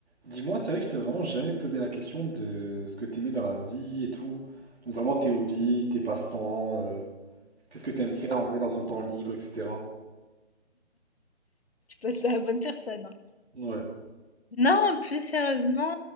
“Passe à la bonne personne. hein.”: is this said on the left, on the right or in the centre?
Left